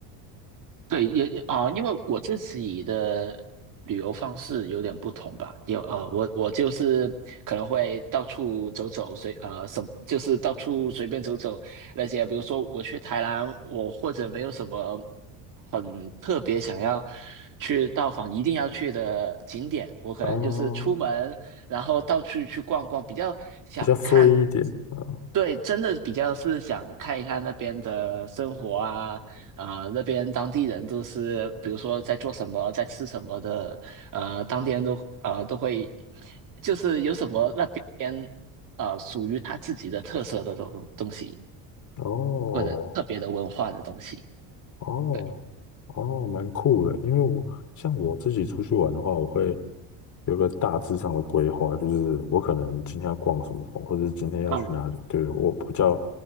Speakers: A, on the right; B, on the left.
A: 对，也也啊、因为我自己的旅游方式有点不同吧，有啊，呃我我就是可能会到处走走，随呃什就是到处随便走走那些，比如说我去台南，我或者没有什么很特别想要去到访一定要去的景点，我可能就是出门，
B: 啊，
A: 然后到处去逛逛，比较想看。
B: 比较 free 一点啊。
A: 对，真的比较是想看一看那边的生活啊，啊、那边当地人都是，比如说在做什么，在吃什么的，呃，当天都呃都会，就是有什么那边呃属于他自己的特色的东东西，
B: 哦，
A: 或者特别的文化的东西。
B: 哦，
A: 对，
B: 哦，蛮酷的。因为我像我自己出去玩的话，我会有个大致上的规划，就是我可能今天要逛什么，或者是今天要去哪里。
A: 嗯，
B: 对，我比较，